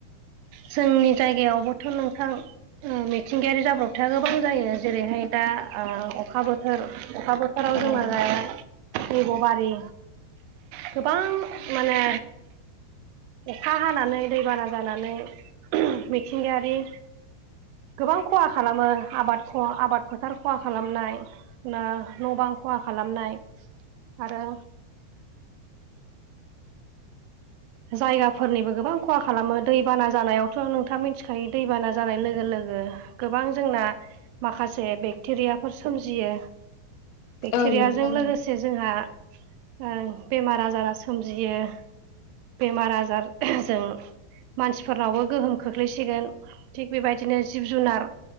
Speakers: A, on the right (about 90°); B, on the left (about 80°).
A: जोंनि जायगायावबोथ' नोंथां ओ मिथिंगायारि जाब्रबथाया गोबां जायो जेरैहाय दा ओ अखा बोथोर अखा बोथोराव
B: औ
A: जोंहा जाया दैब' बारि गोबां माने अखा हानानै दैबाना जानानै मिथिंगायारि गोबां खहा खालामो आबाद ख आबाद फोथार खहा खालामनाय ना न'-बां खहा खालामनाय आरो जायगाफोरनिबो गोबां खहा खालामो दैबाना जानायावथ' नोंथाङा मिथिखायो दैबाना जानाय लोगो लोगो गोबां जोंना माखासे बे क्टेरियाफोर सोमजियो। बेक्टेरियाजों
B: औ नोंथां
A: लोगोसे जोंहा ओ बेमार आजारा सोमजियो बेमार आजार जों मानसिफोरनावबो गोहोम खोख्लैसिगोन थिग बेबायदिनो जिब जुनार